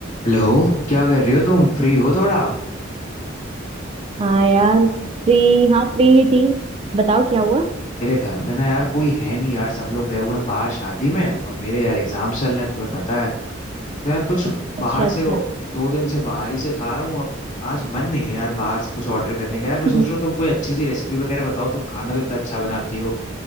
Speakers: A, on the left (about 40°); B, on the right (about 30°).
A: Hello क्या कर रही हो तुम फ्री हो थोड़ा
B: हाँ यार फ्री हाँ फ्री ही थी बताओ क्या हुआ
A: मेरे घर पे ना यार कोई है नहीं यार सब लोग गए हुए हैं बाहर शादी में और मेरे यार एग्जाम चल रहे हैं तुम्हें पता है तो यार कुछ
B: अच्छा
A: बाहर
B: अच्छा
A: से दो दिन से बाहर ही से खा रहा हूँ अब आज मन नहीं है यार बाहर से कुछ ऑर्डर करने का यार
B: <laughs>
A: मैं सोच रहा हूँ तुम कोई अच्छी सी रेसिपी वगैरह बताओ तुम खाना तो इतना अच्छा बनाती हो